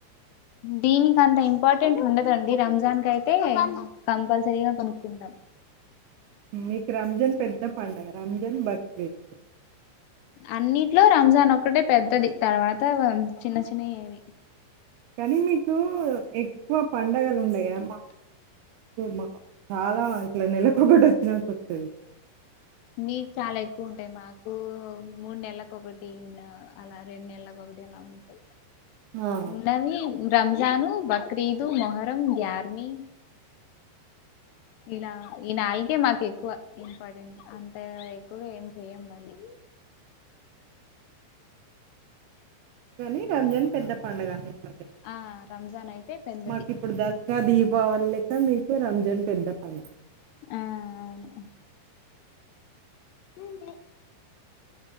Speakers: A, on the left (about 80°); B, on the right (about 75°).
A: దీనికి అంత ఇంపార్టెంట్ ఉండదండి రంజాన్ కయితే కంపల్సరీగా కొనుక్కుంటాం
B: మీకు రంజాన్ పెద్ద పండగ రంజాన్ బక్రీద్
A: అన్నిట్లో రంజాన్ ఒక్కటే పెద్దది తర్వాత చిన్న చిన్నయే అవి
B: కానీ మీకు ఎక్కువ పండుగలు ఉండయి కద మాకు మాకు మా చాలా ఇట్లా నెలకొక్కటి వచ్చినటు వత్తది
A: మీకు చాలా ఎక్కువ ఉంటాయి మాకు మూడు నెలలకు ఒకటి టీన్ అలా రెండు నెలలకు ఒకటి అలా ఉంటాయి
B: ఆ!
A: ఉన్నవి రంజాను బక్రీదు మొహరం గ్యర్మీ ఇలా ఈ నాలుగే మాకు ఎక్కువ ఇంపార్టెంట్ అంతే ఎక్కువగా ఏం చెయం మళ్ళీ
B: కానీ రంజాన్ పెద్ద పండుగ ఇట్లా
A: ఆ రంజాన్ అయితే పెద్దది
B: మాకు ఇప్పుడు దసరా దీపావళి లెక్క మీకు రంజాన్ పెద్ద పండగ
A: ఆ అవును అ